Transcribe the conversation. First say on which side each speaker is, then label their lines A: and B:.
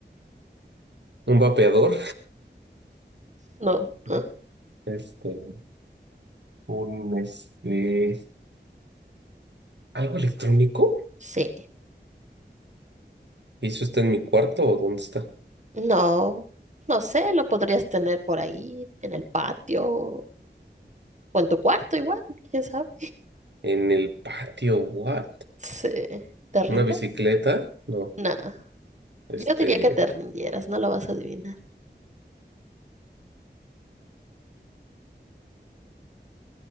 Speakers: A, on the right; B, on the right.
A: Un vapeador.
B: no,
A: <laughs> ¿no?
B: ¿eh?
A: Este, un este. ¿Algo electrónico?
B: sí,
A: ¿Y eso está en mi cuarto o dónde está?
B: no, no sé, lo podrías tener por ahí, en el patio o en tu cuarto igual, quién sabe.
A: En el patio, what?
B: Sí, ¿te rindes?
A: ¿Una bicicleta? No.
B: No,
A: Este.
B: yo diría que te rindieras, no lo vas a adivinar.